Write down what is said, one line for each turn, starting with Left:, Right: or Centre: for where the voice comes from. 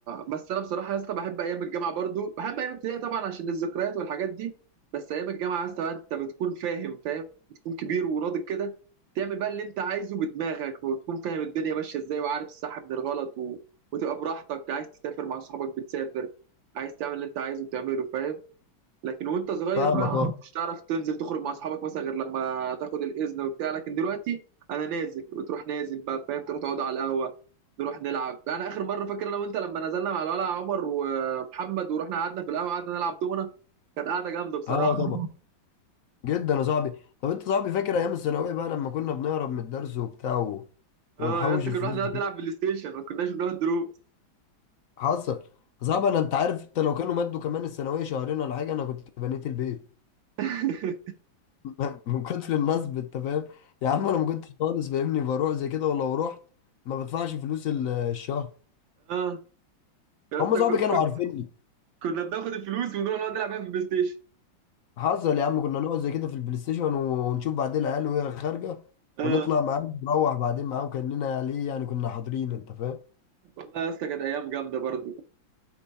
Right: بس انا بصراحه يا اسطى بحب ايام الجامعه برضو بحب ايام الابتدائي طبعا عشان الذكريات والحاجات دي بس ايام الجامعه يا اسطى بقى انت بتكون فاهم فاهم بتكون كبير وناضج كده تعمل بقى اللي انت عايزه بدماغك وتكون فاهم الدنيا ماشيه ازاي وعارف الصح من الغلط و... وتبقى براحتك عايز تسافر مع صحابك بتسافر عايز تعمل اللي انت عايزه بتعمله فاهم لكن وانت صغير
Left: فاهمك
Right: بقى ما
Left: اه
Right: كنتش تعرف تنزل تخرج مع اصحابك مثلا غير لما تاخد الاذن وبتاع لكن دلوقتي انا نازل وتروح نازل بقى فاهم تروح تقعد على القهوه نروح نلعب انا اخر مره فاكر انا وانت لما نزلنا مع الولع عمر ومحمد ورحنا قعدنا في القهوه قعدنا نلعب دومنا كانت قعده جامده بصراحه
Left: اه اه، طبعا جدا يا صاحبي طب انت صاحبي فاكر ايام الثانويه بقى لما كنا بنهرب من الدرس وبتاع و... ونحوش
Right: اه يا اسطى
Left: الفلوس
Right: كنا بنقعد نلعب بلاي ستيشن ما كناش بنقعد دروس
Left: حصل صعب انا انت عارف انت لو كانوا مدوا كمان الثانويه شهرين ولا حاجه انا كنت بنيت البيت
Right: <laughs>
Left: <laughs> من كتر النصب انت فاهم يا عم انا ما كنتش خالص فاهمني بروح زي كده ولو رحت ما بدفعش فلوس ال- الشهر
Right: اه يا
Left: هم
Right: اسطى
Left: صحابي
Right: كنا
Left: كانوا عارفيني
Right: كنا بناخد الفلوس ونروح نقعد نلعب بيها في البلاي ستيشن
Left: حصل يا عم كنا نقعد زي كده في البلاي ستيشن و- ونشوف بعدين العيال وهي خارجه
Right: اه
Left: ونطلع معاهم نروح بعدين معاهم كاننا ليه يعني كنا حاضرين انت فاهم
Right: والله يا اسطى كانت ايام جامده برضه